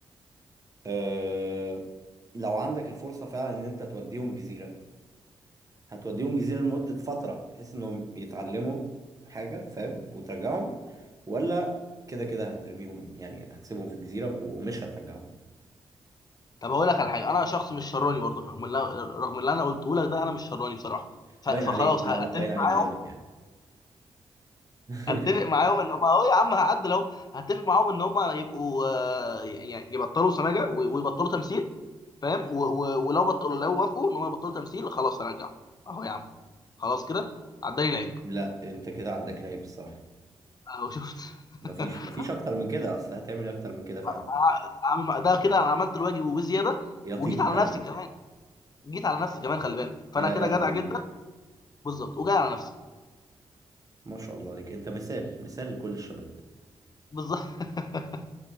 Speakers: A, on the right (about 30°); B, on the left (about 35°).
A: أه... لو عندك الفرصة فعلا ان انت توديهم جزيرة هتوديهم جزيرة لمدة فترة بحيث انهم يتعلموا حاجة فاهم وترجعهم ولا كده كده هترميهم يعني هتسيبهم في الجزيرة ومش هترجعهم
B: طب هقول لك على حاجه انا شخص مش شراني برضه رغم اللي رغم اللي انا قلته لك ده انا مش شراني بصراحه ف-
A: باين
B: فخلاص
A: عليك لا
B: هتفق
A: لا باين عليك
B: معاهم
A: جامد يعني <laughs>
B: اتفق معاهم ان هم اهو يا عم هعدل اهو هتفق معاهم ان هم يبقوا آه، يعني يبطلوا سماجه و- ويبطلوا تمثيل فاهم و- و- ولو بطلوا لو وافقوا ان هم يبطلوا تمثيل خلاص هرجعهم اهو يا عم خلاص كده عداني العيب
A: لا انت كده عداك العيب الصراحة
B: اهو شفت <laughs>
A: مفيش مفيش اكتر من كده اصل هتعمل ايه اكتر من كده فعلا
B: أع- اعمل مع- ده كده انا عملت الواجب وبزياده
A: يا
B: وجيت
A: طيبة
B: على
A: قلبك
B: نفسي كمان جيت على نفسي كمان خلي بالك فانا
A: يا
B: كده
A: لهوي
B: جدع جدا بالظبط وجاي على نفسي
A: ما شاء الله عليك انت مثال مثال لكل الشباب
B: بالظبط <laughs>